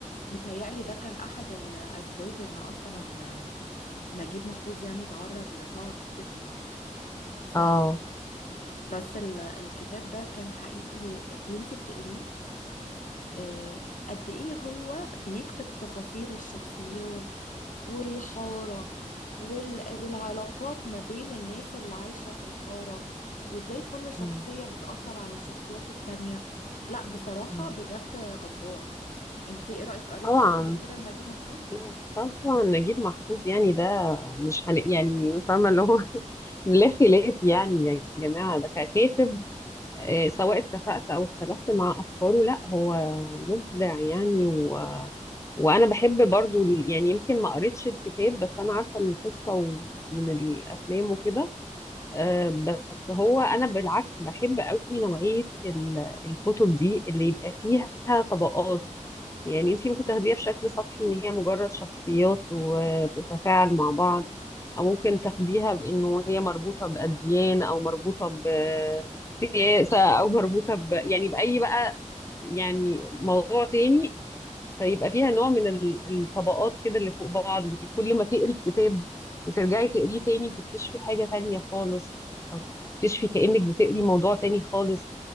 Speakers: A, on the left (about 80°); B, on the left (about 20°).
A: متهيألي ده كان أحد الأسباب إن أصلا آه، نجيب محفوظ يعني تعرض لطعنه كده ف
B: اه
A: بس ال- الكتاب ده كان حقيقي وانتي بتقريه آه، قد ايه هو بيكتب تفاصيل الشخصيات والحارة وال- والعلاقات ما بين الناس اللي عايشة في الحارة وازاي كل شخصية
B: مم.
A: بتأثر على الشخصيات التانية لا بصراحة
B: مم.
A: بجد جبار انت ايه رأيك قريتي
B: طبعا
A: حاجة قبل كده لنجيب محفوظ
B: لا طبعا نجيب محفوظ يعني ده مش هن... يعني فاهمة اللي هو <laughs> لا خلاف يعني يا جماعة ده ككاتب آه، سواء اتفقت أو اختلفت مع أفكاره لا هو مبدع يعني و... وأنا بحب برضو ال- يعني يمكن ما قريتش الكتاب بس أنا عارفة القصة و- من الأفلام وكده آه، بس هو انا بالعكس بحب قوي نوعيه ال- الكتب دي اللي يبقى فيها طبقات يعني انتي ممكن تاخديها بشكل سطحي ان هي مجرد شخصيات وبتتفاعل مع بعض او ممكن تاخديها بانه هي مربوطه باديان او مربوطه بسياسه او مربوطه ب... يعني باي بقى يعني موضوع تاني فيبقى فيها نوع من ال- الطبقات كده اللي فوق بعض انت كل ما تقري الكتاب وترجعي تقريه تاني تكتشفي حاجة تانية خالص او تكتشفي كأنك بتقري موضوع تاني خالص